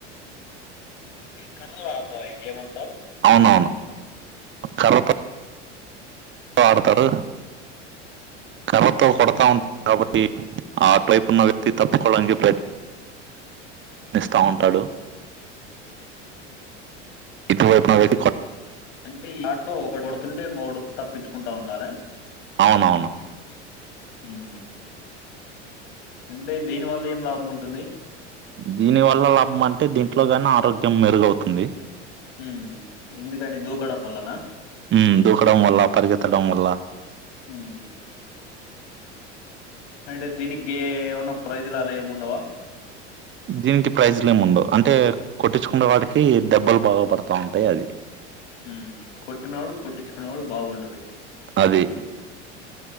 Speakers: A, on the left (about 70°); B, on the right (about 35°).
A: ఈ కర్రలో ఆడతారా ఈ గేమ్ అంతా
B: అవునవును కర్రతో తో ఆడతరు కర్రతో కొడతా ఉన్ కాబట్టి అటువైపున్న వ్యక్తి తప్పుకోడానికి ప్రయత్ని ఇస్తా ఉంటాడు ఇటువైపు నా వైతే కొ,
A: అంటే ఈ ఆట లో ఒకటి కొడుతుంటే ఇంకొకడు తప్పించుకుంటా ఉండాలి.
B: అవునవును
A: ఉం అంటే దీని వల్ల ఏం లాభం ఉంటుంది.
B: దీని వల్ల లాభం అంటే దీంట్లో కానే ఆరోగ్యం మెరుగవుతుంది.
A: ఉం ఎందుకని దూకడం వల్లన,
B: ఉం దూకడం వల్ల పరిగెత్తడం వల్ల,
A: ఉం అంటే దీనికి ఏమైనా ప్రైజ్లు అలా ఏవి ఉండవా,
B: దీనికి ప్రైజ్లు ఏము ఉండవు అంటే కొట్టించుకునే వాడికి దెబ్బలు బాగుపడతా ఉంటాయి అది.
A: ఉం కొట్టినవాడు కొట్టించుకునే వాడు బాగుంటుంది.
B: అది